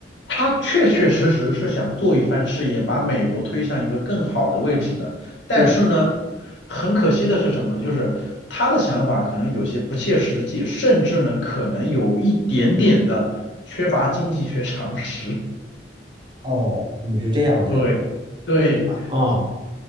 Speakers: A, on the left; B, on the right.
A: 他确确实实是想做一番事业，把美国推向一个更好的位置的。但是呢，
B: 对，
A: 很可惜的是什么呢？就是他的想法可能有些不切实际，甚至呢可能有一点点的缺乏经济学常识。
B: 哦，你是这样的
A: <laughs> 对对。
B: 哦，